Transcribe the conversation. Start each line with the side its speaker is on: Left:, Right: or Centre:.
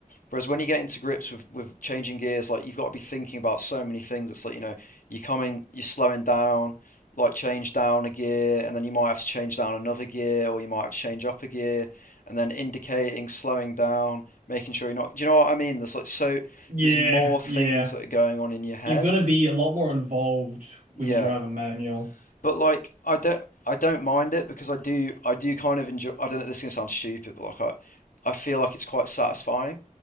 Left: Whereas when you get into grips with, with changing gears, like you've got to be thinking about so many things. It's like, you know, you're coming, you're slowing down, like change down a gear, and then you might have to change down another gear, or you might have to change up a gear, and then indicating, slowing down, making sure you're not. Do you know what I mean? There's like so,
Right: Yeah.
Left: there's more things
Right: Yeah.
Left: that are going on in your head.
Right: You've got to be a lot more involved
Left: Yeah
Right: when you drive a manual.
Left: but like I don't I don't mind it because I do I do kind of enjoy. I don't know. This is gonna sound stupid, but like I I feel like it's quite satisfying,